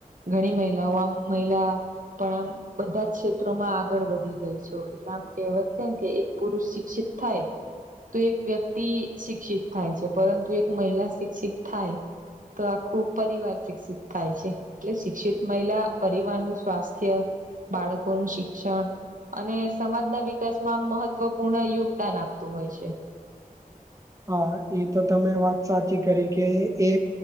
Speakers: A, on the right; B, on the right.
A: ઘણી મહિલાઓ મહિલા પણ આ બધા જ ક્ષેત્રોમાં આગળ વધી ગઈ છે એટલે આમ કહેવત છેને કે એક પુરુષ શિક્ષિત થાય તો એક વ્યક્તિ શિક્ષિત થાય છે પરંતુ એક મહિલા શિક્ષિત થાય તો આખું પરિવાર શિક્ષિત થાય છે એટલે શિક્ષિત મહિલા પરિવાર નું સ્વાસ્થ્ય બાળકોનું શિક્ષણ અને સમાજના વિકાસમાં મહત્વપૂર્ણ યોગદાન આપતું હોય છે.
B: હા એ તો તમે વાત સાચી કરી કે એ